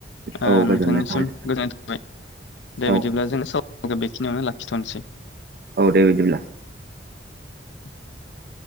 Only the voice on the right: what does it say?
औ गोजोननाय
थाबाय नोंथांसिम
औ
औ दे बिदिब्ला